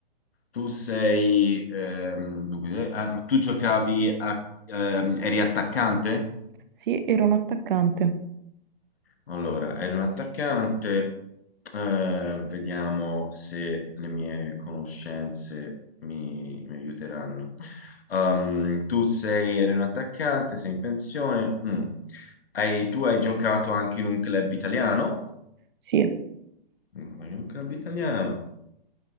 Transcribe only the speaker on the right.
Sì, ero un attaccante.
Sì,